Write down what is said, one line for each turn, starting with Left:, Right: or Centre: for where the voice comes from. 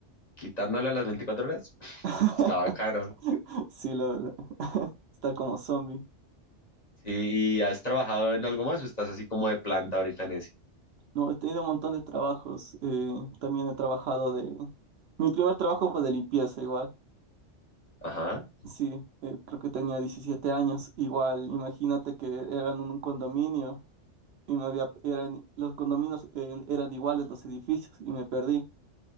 Left: Quitándole las 24 horas, <laughs>
Right: <laughs>
Left: está bacano.
Right: Sí, lo, lo- estar como zombie.
Left: Sí, ¿y has trabajado en algo más o estás así como de planta ahorita en eso?
Right: No, he tenido un montón de trabajos. eh, también he trabajado de... Mi primer trabajo fue de limpieza igual.
Left: Ajá.
Right: Sí, eh, creo que tenía 17 años. Igual, imagínate que eran en un condominio y me había... eran... los condominios eh, eran iguales los edificios y me perdí.